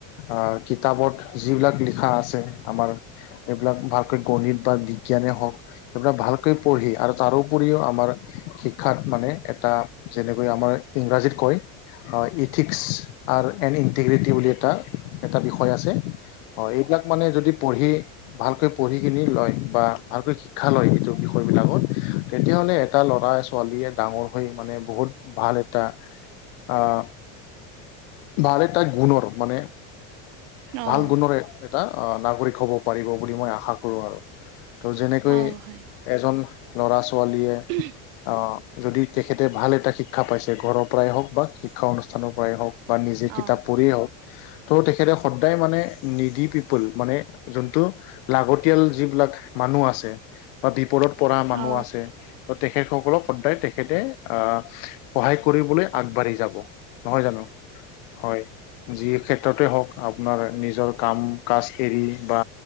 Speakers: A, on the left; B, on the right.
A: আ কিতাপত যিবিলাক লিখা আছে আমাৰ এইবিলাক ভালকৈ গণিত বা বিজ্ঞানে হওক সেইবিলাক ভালকৈ পঢ়ি আৰু তাৰোপৰিও আমাৰ শিক্ষাত মানে এটা যেনেকৈ আমাৰ ইংৰাজীত কয় অঁ ইথিক্স আৰ এণ্ ইণ্টিগ্ৰিটি বুলি এটা এটা বিষয় আছে অ এইবিলাক মানে যদি পঢ়ি ভালকৈ পঢ়ি কিনি লয় বা ভালকৈ শিক্ষা লয় যিটো বিষয় বিলাকত তেতিয়াহ'লে এটা ল'ৰা ছোৱালীয়ে ডাঙৰ হৈ মানে বহুত ভাল এটা আহ ভাল এটা গুণৰ মানে
B: অ
A: ভাল গুণৰ এটা আ নাগৰিক হব পাৰিব বুলি মই আশা কৰো আৰু। ত' যেনেকৈ
B: অ হয়
A: এজন ল'ৰা ছোৱালীয়ে
B: উ <unintelligible>
A: অঁ যদি তেখেতে ভাল এটা শিক্ষা পাইছে ঘৰৰ পৰাই হওক বা শিক্ষা অনুষ্ঠানৰ পৰাই হওক বা নিজে
B: অ
A: কিতাপ পঢ়িয়েই হওক ত' তেখেতে সদায় মানে নিডি পিপল মানে যোনটো লাগতিয়াল যিবিলাক মানুহ আছে বা বিপদত পৰা
B: অ
A: মানুহ আছে ত তেখেত সকলক সদায় তেখেতে আহ সহায় কৰিবলে আগবাঢ়ি যাব, নহয় জানো? হয়। যি ক্ষেত্ৰতে হওক আপোনাৰ নিজৰ কাম কাজ এৰি বা